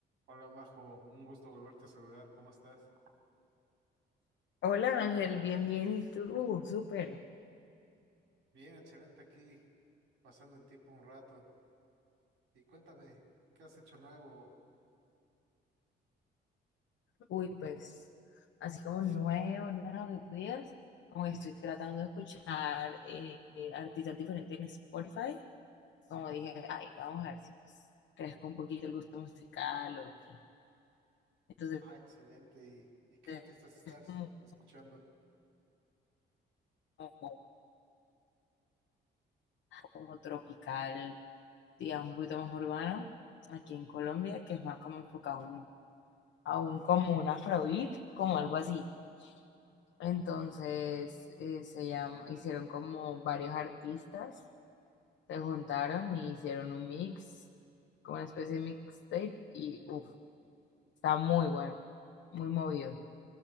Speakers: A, on the right; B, on the left.
A: Hola, Majo, un gusto volverte a saludar. ¿Cómo estás?
B: Hola Ángel, bien, bien, ¿y tú? Súper.
A: Bien, excelente aquí, pasando en tiempo un rato. Y cuéntame, ¿qué has hecho nuevo?
B: Uy, pues, así como nuevo, nuevo que tú digas, como que estoy tratando de escuchar eh, eh, artistas diferentes en Spotify. Como dije, ay, vamos a ver si pues crezco un poquito el gusto musical o qué. Entonces,
A: Ah, excelente. ¿Y, y qué
B: es
A: artistas estás
B: como,
A: escuchando?
B: como- como tropical, digamos, un poquito más urbano aquí en Colombia, que es más como enfocado a un, a un como un afrobeat, como algo así. Entonces eh, se llam- hicieron como varios artistas, se juntaron y hicieron un mix, como una especie de mixtape, y uff, está muy bueno, muy movido.